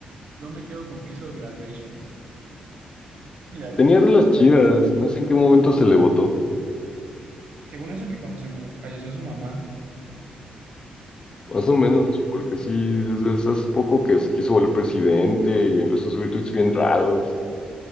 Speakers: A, on the right (about 60°); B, on the left (about 30°).
A: Yo me quedo con que hizo Graduation. Ya- ya
B: Tenía
A: es-
B: las chidas, no sé en qué momento se le votó,
A: Según eso, que cuando se murió, falleció su mamá.
B: más o menos, porque sí, desde hace hace poco que se quiso volver presidente y empezó a subir tweets bien raros.